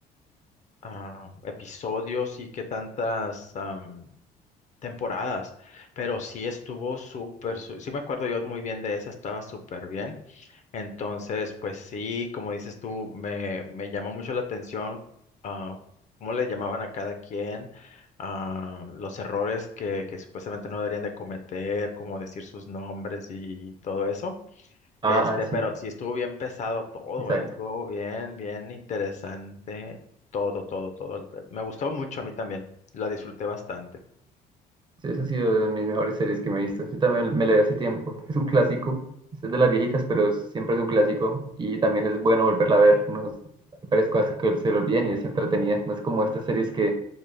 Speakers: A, on the left; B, on the right.
A: am, episodios y qué tantas am, temporadas, pero sí estuvo súper, su- sí me acuerdo yo muy bien de esa, estaba súper bien. Entonces, pues sí, como dices tú, me, me llamó mucho la atención ah, cómo le llamaban a cada quien, ah, los errores que, que supuestamente no deberían de cometer, como decir sus nombres y todo eso.
B: Ah,
A: Este,
B: sí,
A: pero sí estuvo bien pesado todo,
B: exacto.
A: ¿eh? Estuvo bien, bien interesante. Todo, todo, todo. Me gustó mucho a mí también. La disfruté bastante.
B: Sí, Esa ha sido de mis mejores series que me he visto. Yo también me la vi hace tiempo. Es un clásico. Es de las viejitas, pero es- siempre es un clásico. Y también es bueno volverla a ver. Unos, hay varias cosas que se le olvidan y es entretenida. No es como estas series que